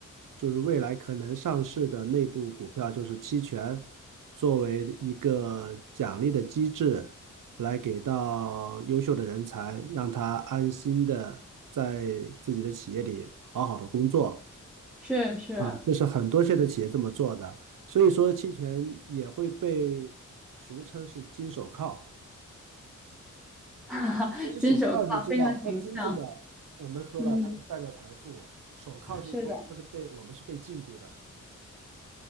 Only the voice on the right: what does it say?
就是未来可能上市的内部股票，就是期权，作为一个奖励的机制，来给到优秀的人才，让他安心的在自己的企业里好好的工作。
啊，这是很多现在企业这么做的，所以说期权也会被俗称是金手铐。
但是手铐你知道，
它金子的，我们说了，
它就代表财富；手铐就是说它是被我们是被禁锢的，